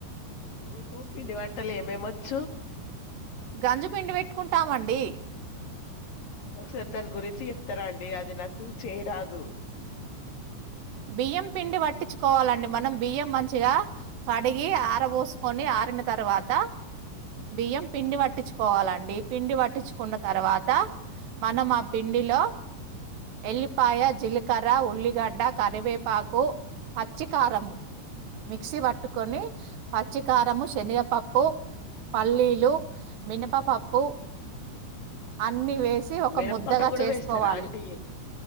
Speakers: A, on the left; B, on the right.
A: మీకు పిండి వంటలు ఏమేమొచ్చు?
B: గంజి పిండి పెట్టుకుంటామండి.
A: ఒకసారి దాని గురించి చెప్తరా అండి? అది నాకు చేయరాదు.
B: బియ్యం పిండి పట్టిచ్చుకోవాలండి మనం, బియ్యం మంచిగా. కడిగి ఆరబోసుకొని ఆర్ ట్టిన తర్వాత బియ్యం పిండి పట్టిచ్చు కోవాలండి. పిండి పట్టిచ్చుకున్న తర్వాత, మనం ఆ పిండిలో ఎల్లిపాయ, జిలకర్ర, ఉల్లిగడ్డ. కరివేపాకు, పచ్చికారం మిక్సీ పట్టుకొని పచ్చికారం, శనగపప్పు పల్లీలు, మినపపప్పు. ఆ అన్ని వేసి, ఒక
A: మినపప్పు
B: ముద్దగా
A: కూడా
B: చేసుకోవాలి.
A: వేస్తారా అండి